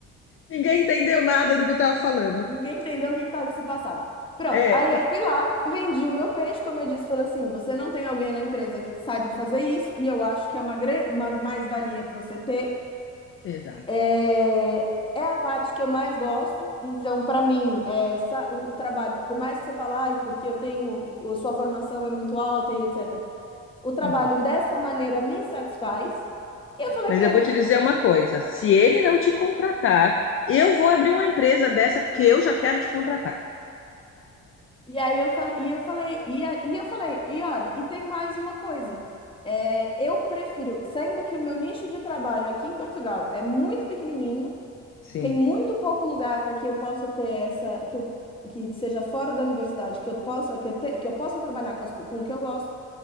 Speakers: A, on the left; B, on the left.
A: Ninguém entendeu nada do que eu tava falando.
B: ninguém entendeu o que, que tava- que se passava. Pronto,
A: É,
B: aí eu fui lá, vendi o meu peixe, como eu disse, falei assim: você não tem alguém na empresa que saiba fazer isso, e eu acho que é uma, gran- uma mais-valia para você ter.
A: exato.
B: É... é a parte que eu mais gosto, então, para mim, é sa- o, o trabalho, que por mais que você fale, ai, porque eu tenho, a sua formação é muito alta e etc., o trabalho
A: Uhum.
B: dessa maneira me satisfaz. E eu falei
A: Mas
B: pra
A: eu vou te dizer uma coisa: se ele não te contratar, eu vou abrir uma empresa dessa porque eu já quero te contratar.
B: E aí eu falei, e eu falei, e, a- e eu falei, e olha, e tem mais uma coisa. É, eu prefiro, sendo que o meu nicho de trabalho aqui em Portugal é muito pequenininho,
A: Sim.
B: tem muito pouco lugar para que eu possa ter essa, que eu, que seja fora da universidade, que eu possa, que eu, te- que eu possa trabalhar com, as co- com o que eu gosto,